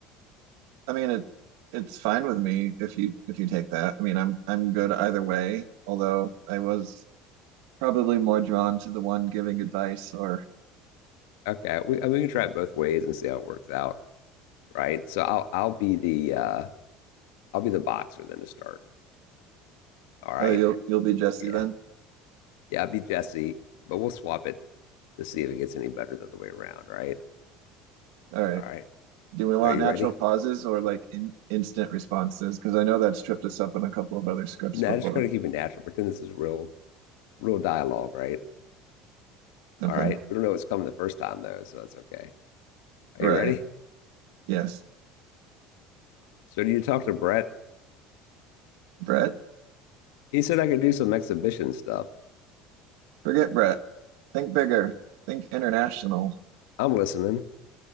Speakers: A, on the right; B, on the left.
A: I mean it it's fine with me if you if you take that. I mean I'm I'm good either way, although I was probably more drawn to the one giving advice or
B: Okay, we I mean, we can try it both ways and see how it works out, right? So I'll I'll be the uh I'll be the boxer then to start. All right,
A: oh you'll you'll be Jesse
B: yeah.
A: then.
B: Yeah, it'd be Jesse, but we'll swap it to see if it gets any better the other way around, right?
A: All right.
B: All right.
A: Do we want
B: Are you
A: natural
B: ready?
A: pauses or like in, instant responses? Because I know that's tripped us up in a couple of other scripts
B: No,
A: before.
B: I just try to keep it natural. Pretend this is real, real dialogue, right?
A: Okay.
B: All right. We don't know what's coming the first time though, so that's okay. Are
A: Right.
B: you ready?
A: Yes.
B: So you talked to Brett.
A: Brett.
B: He said I could do some exhibition stuff.
A: Forget Brett. Think bigger. Think international.
B: I'm listening.